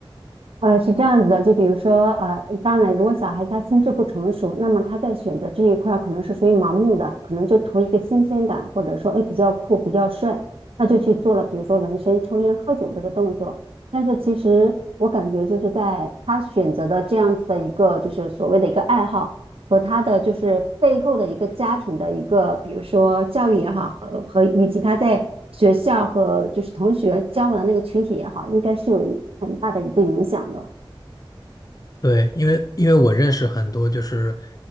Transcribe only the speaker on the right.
呃，是这样子的，就比如说，呃，当然，如果小孩他心智不成熟，那么他在选择这一块儿可能是属于盲目的，可能就图一个新鲜感，或者说，哎，比较酷，比较帅，那就去做了，比如说纹身、抽烟、喝酒这个动作。但是其实我感觉就是在他选择的这样子的一个，就是所谓的一个爱好。和他的就是背后的一个家庭的一个，比如说教育也好，和和以及他在学校和就是同学交往的那个群体也好，应该是有很大的一个影响的。